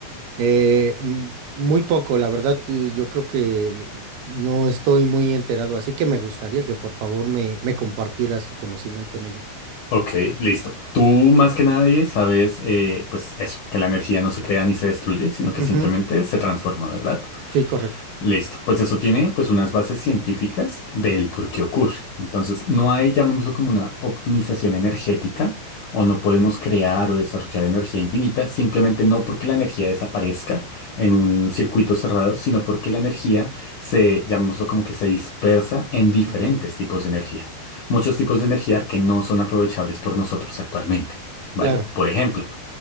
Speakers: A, on the right; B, on the left.
A: Eh, mm, muy poco, la verdad, eh, yo creo que uh, no estoy muy enterado, así que me gustaría que por favor me, me compartieras tu conocimiento en ello.
B: Ok, listo. Tú más que nadie sabes, eh, pues eso, que la energía no se crea ni se destruye, sino que
A: Ujú,
B: simplemente se transforma, ¿verdad?
A: Sí, correcto.
B: Listo, pues eso tiene pues unas bases científicas del por qué ocurre. Entonces, no hay, llamémoslo como una optimización energética, o no podemos
A: Ujú,
B: crear o desarrollar energía infinita, simplemente no porque la energía desaparezca en un circuito cerrado, sino porque la energía se, llamémoslo como que se dispersa en diferentes
A: ujú,
B: tipos de energía. Muchos tipos de energía que no son aprovechables por nosotros actualmente, ¿vale?
A: Claro.
B: Por ejemplo,